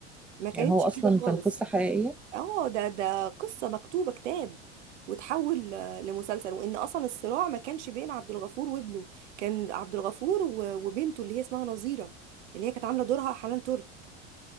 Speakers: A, on the right; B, in the centre.
A: ما
B: يعني
A: كانتش
B: هو أصلا
A: كده
B: كان
A: خالص
B: قصة حقيقية
A: اه ده ده قصه مكتوبه كتاب وتحول لمسلسل وان اصلا الصراع ما كانش بين عبد الغفور وابنه كان عبد الغفور و- وبنته اللي هي اسمها نظيره اللي هي كانت عامله دورها حنان ترك